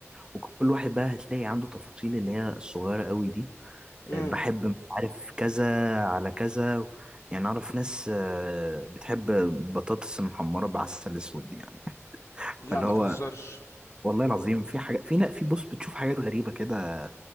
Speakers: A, on the right; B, on the left.
A: وكل واحد بقى هتلاقي عنده تفاصيل اللي هي الصغيرة قوي دي
B: إمم،
A: بحب مش عارف كذا على كذا يعني اعرف ناس آه، بتحب بطاطس محمره بعسل اسود يعني
B: لأ
A: فاللي
B: ما
A: هو
B: تهزرش.
A: والله العظيم في حاجه في نا- في بص بتشوف حاجات غريبه كده